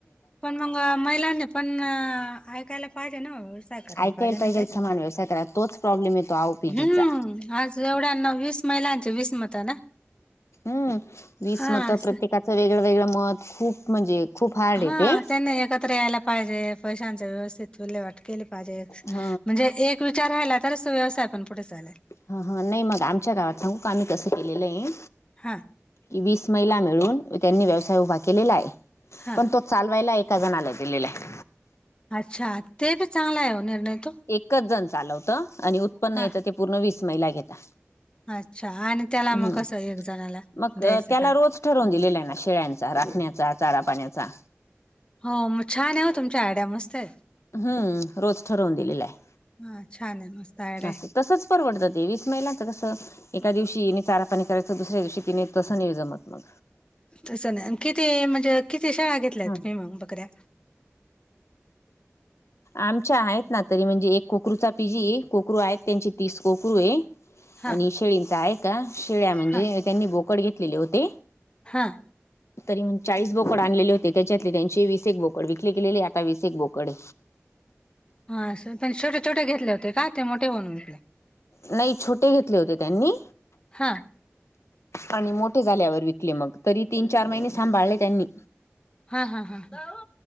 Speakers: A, on the left (about 20°); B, on the left (about 75°).
A: पण मग महिलांनी पण ऐकायला पाहिजे ना व्यवसाय कराल
B: ऐकायला
A: पाहिजे ना ताई
B: समान व्यवसाय करा तोच प्रॉब्लेम येतो आओपीजीचा
A: हम्म आज- जेवढ्यांना वीस महिलांचे वीस मत ना?
B: हम्म वीस
A: हा
B: मतं
A: असं.
B: प्रत्येकाचं वेगळं वेगळं मत खूप म्हणजे खूप हार्ड
A: हा
B: आहे ते.
A: त्यांनी एकत्र यायला पाहिजे पैशांची व्यवस्थित विल्हेवाट केली पा- पाहिजे
B: ह
A: म्हणजे एक विचार राहिला तरच व्यवसाय पण पुढे चालेल.
B: हा हा नाही मग आमच्या गावात सांगू का आम्ही कसं केलेलं आहे.
A: हा-
B: वीस महिला मिळून त्यांनी व्यवसाय उभा केलेला आहे
A: हा.
B: पण तो चालवायला एका जणला दिलेलं आहे.
A: अच्छा ते बी चांगला आहे निर्णय तो
B: एकच जण चालवतं आणि उत्पन्न
A: हा
B: येत ते पूर्ण वीस महिला घेता.
A: अच्छा आणि त्याला
B: हम्म
A: मग कसं एक जणाला
B: मग
A: द्यायचं
B: त्याला
A: काय
B: रोज ठरवून
A: बर
B: दिलेला आहे ना शेळ्यांचा राखण्याचा चा चारा पाण्याचा.
A: हो मग छान आहे वो तुमची आयड्या मस्त आहे.
B: हम्म रोज ठरवून दिलेला आहे.
A: हा छान आहे मस्त आयडिया
B: अस
A: आहे
B: तसचं परवडत ते वीस महिलांच कसं एका दिवशी मी चारा पाणी कराय च दुसऱ्या दिवशी तीने तस नि जमत मग
A: तसं नाही अनं किती म्हणजे किती शेळ्या घेतल्या
B: हा
A: तुम्ही मग बकऱ्या
B: आमच्या आहेत ना तरी म्हणजे एक कोकरूचा पीजी आहे एक कोकरू आहेत त्यांचे तीस कोकरू आहे.
A: हा
B: आणि शेळींचा आहे का शेळ्या म्हणजे
A: हा
B: त्यांनी बोकड घेतलेले होते.
A: हा
B: तरी म चाळीस बोकड आणलेले होते त्याच्यातले त्यांचे वीस एक बोकड विकले गेले आता वीस एक बोकडहे.
A: हा पण छोटे छोटे घेतले होते काय ते मोठे बनू विकले.
B: नाही छोटे घेतले होते त्यांनी.
A: हा.
B: आणि मोठे झाल्यावर विकले मग तरी तीन चार महिने सांभाळले त्यांनी.
A: हा हा हा ह.